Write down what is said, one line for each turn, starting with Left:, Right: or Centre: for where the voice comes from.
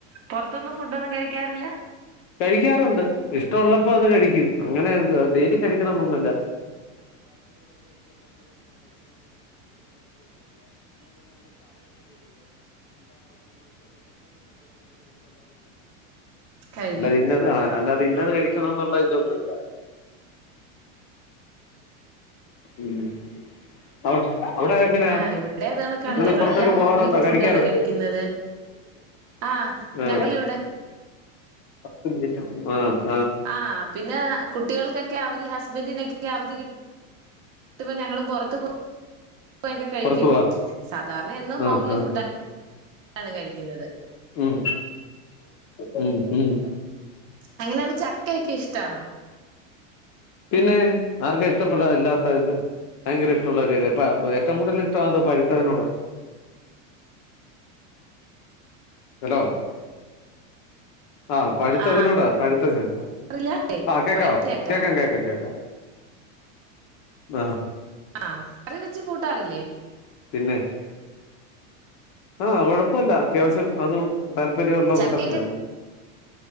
Right: പുറത്തൊന്നും ഫുഡൊന്നും കഴിക്കാറില്ല
Left: കഴിക്കാറുണ്ട് ഇഷ്ടമുള്ളപ്പോ അത് കഴിക്കും അങ്ങനെ ഡെയിലി കഴിക്കണംന്നൊന്നുമില്ല
Right: കഴിക്കും
Left: അലല്ലാ ഇന്നത് ആ അല്ലത ഇന്നത് കഴി ഭക്ഷണം ഒന്നുണ്ടായിട്ടൊന്നുല്ല ഉ അവ അവിടെ എങ്ങനെയ
Right: ആ ഇവിടെ അത് കണക്കാണ് ഞങ്ങളെല്ലാം
Left: നി പുറത്തൊക്കെ
Right: ഹോംലി
Left: പോവാറുണ്ടോ കഴിക്കാറുണ്ട്
Right: ഫുഡാണ് കഴിക്കുന്നത് ആ
Left: ആ
Right: ഞങ്ങളിവിടെ
Left: പത്ത് മനിറ്റാണ് എ ആ
Right: ആ പിന്നെ കുട്ടികൾക്കൊക്കെ അവധി ഹസ്ബൻഡിനൊക്കെ അവധി കിട്ട ട്ടുമ്പോ ഞങ്ങളും പുറത്തു പോ കൊക്കെ കഴിക്കും
Left: പുറത്തു പോവാ
Right: സാധാരണ ഇന്ന് ഹോംലി
Left: ആ ആ
Right: ഫുഡ ടാണ് കഴിക്കുന്നത്
Left: ഉം ഉം ഉം....
Right: അങ്ങനെയാണെ ചക്കയൊക്കെ ഇഷ്ടാണോ
Left: പിന്നെ ആർക്കാ ഇഷ്ടപ്പെടാൻ ഇല്ലത്തെ ഭയങ്കര ഇഷ്ടമുള്ള കാര്യമല്ലേ ഏറ്റവും കൂടുതൽ ഇഷ്ടം അത് പഴുത്തതിനോടാ ഹലോ ആ പഴുത്തതിനോടാ
Right: ആ
Left: പഴുത്ത ചക്ക
Right: അറിയില്ല
Left: ആ കേക്കാവോ
Right: പഴുത്തയക്ക
Left: കേക്കാം കേക്കാം കേക്കാം ആഹ്
Right: ആ കറിവെച്ച് കൂട്ടാറില്ലേ
Left: പിന്നെ ആഹ് കൊഴപ്പില്ല അത്യാവശ്യം അതും താല്പര്യമുള്ള
Right: ചക്കയൊക്കെ
Left: കൂട്ടത്തിലാണ്